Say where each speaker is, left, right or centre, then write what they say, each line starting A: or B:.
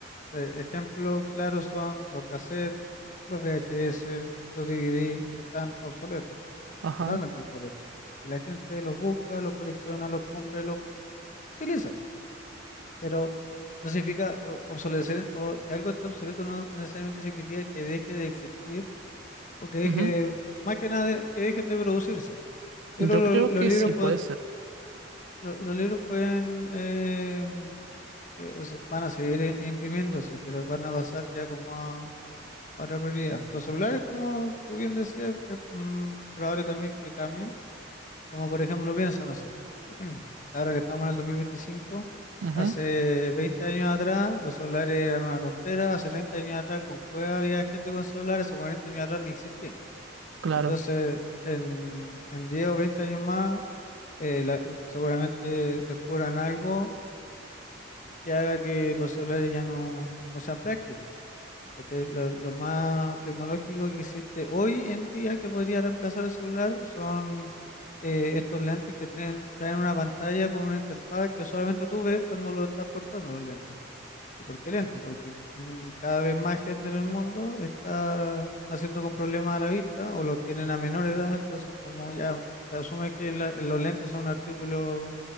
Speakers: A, on the left (about 40°); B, on the right (about 75°).
A: Eh, Ejemplo claro son los cassettes, los VHS, los DVD, están obsoletos,
B: Ajá.
A: totalmente obsoletos. Y la gente los busca, los colecciona, los compra y los utiliza. Pero no significa o- obsolecer o que algo esté obsoleto, no necesariamente significa que deje de existir o que deje
B: ujú.
A: de- más que nada, de- que dejen de producirse. Yo
B: Yo
A: creo que
B: creo
A: los, los
B: que
A: libros,
B: sí puede
A: pue-
B: ser.
A: lo- los libros pueden em, eh, o sea, van a seguir i- imprimiéndose, pero van a pasar ya como a a otra prioridad. Los celulares, como tú bien decías, es mm, probable también que cambien. Como por ejemplo, pienso, no sé, <clears throat> ahora que estamos en el 2025,
B: Ujú,
A: hace 20 años atrás los celulares eran una tontera, hace 30 años atrás con cueva había gente con celulares, o 40 años atrás ni existían.
B: Claro,
A: Entonces, en, en 10 o 20 años más, eh, la- seguramente descubran algo que haga que los celulares ya no, no sean prácticos. ¿cachai? Lo, lo más tecnológico que existe hoy en día que podría reemplazar el celular son eh, estos lentes que tienen, traen una pantalla con una interfaz que solamente tú ves cuando lo estás portando los lentes. ¿Y por qué lentes? Porque mm, cada vez más gente en el mundo está haciendo con problemas a la vista o lo tienen a menor edad, entonces como ya se asume que la- los lentes son un artículo